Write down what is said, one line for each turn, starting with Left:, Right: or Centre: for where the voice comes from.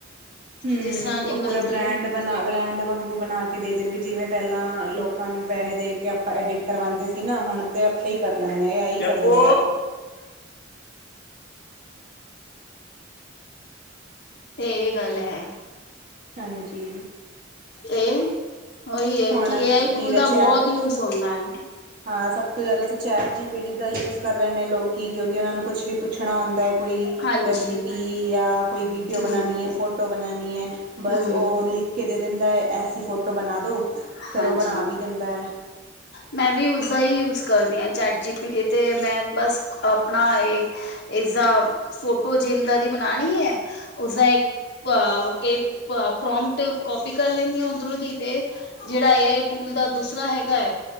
Right: ਹੂੰ
Left: ਜਿਸ ਤਰ੍ਹਾਂ ਦੀ
Right: ਓ ਪੂਰਾ
Left: ਮਿਲਦੀ
Right: ਬ੍ਰੈਂਡ
Left: ਹੈ
Right: ਬਣਾ ਬ੍ਰੈਂਡ ਵਾਂਗੂ ਬਣਾ ਕੇ ਦੇ ਦੇਣਗੇ ਜਿਵੇਂ ਪੈਲਾਂ ਲੋ ਕਾਂ ਨੂੰ ਪੈਹੇ ਦੇ ਕੇ ਆਪਾਂ ਐਡਿਟ ਕਰਵਾਂਦੇ ਸੀ ਨਾ ਹੁਣ ਤੇ ਆਪੇ ਈ ਕਰ ਲੈਨੇ ਆ ਏ ਆਈ
Left: ਜੱਪੂ
Right: ਕਰ ਦਿੰਦੈ।
Left: ਤੇ ਏਈ ਗੱਲ ਐ।
Right: ਹਾਂਜੀ।
Left: ਏ ਓਈ ਐ
Right: ਹੁਣ
Left: ਕਿ ਏ ਆਈ ਟੂਲ
Right: ਜਿਵੇਂ
Left: ਦਾ
Right: ਚੈ
Left: ਬੋਹਤ ਯੂਜ ਹੁੰਦਾ ਐ।
Right: ਹਾਂ ਸਬ ਤੋਂ ਜੈਦਾ ਤਾਂ ਚੈਟ ਜੀ ਪੀ ਟੀ ਦਾ ਯੂਜ਼ ਕਰ ਰਏ ਨੇ ਲੋਕੀ ਕਿਉਂਕਿ ਓਨਾਂ ਨੂੰ ਕੁਛ ਵੀ ਪੁੱਛਣਾ ਹੁੰਦਾ ਐ ਕੋਈ
Left: ਹਾਂਜੀ
Right: ਰੈਸਿਪੀ ਯਾਂ ਕੋਈ ਵੀਡੀਓ
Left: ਹਮ
Right: ਬਨਾਨੀ ਏ, ਫੋਟੋ ਬਨਾਨੀ ਏ ਬਸ
Left: ਹਮ
Right: ਓ ਲਿ ਖ ਕੇ ਦੇ ਦੇਂਦਾ ਐਸੀ ਫੋਟੋ ਬਨਾ ਦੋ
Left: ਹਾਂਜੀ।
Right: ਫਿਰ ਉਹ ਬਣਾ ਵੀ ਦਿੰਦਾ <inaudible>
Left: ਮੈਂ ਵੀ ਉਸਦਾ ਈ ਯੂਜ ਕਰਦੀ ਆ ਚੈਟ ਜੀ ਪੀ ਡੀ ਤੇ ਮੈਂ ਬਸ ਆਪਣਾ ਏ ਇਸਦਾ ਫੋਟੋ ਜਿੰਦਾ ਦੀ ਬਨਾਨੀ ਏ ਉਸਦਾ ਇੱਕ ਪ ਏ ਪ ਪਰੋਮਪਟ ਕੋਪੀ ਕਰ ਲੈਨੀ ਆ ਓਦਰੋਂ ਦੀ ਤੇ ਜੇੜਾ ਏ ਆਈ ਟੂਲ ਦਾ ਦੂਸਰਾ ਹੈਗਾ ਐ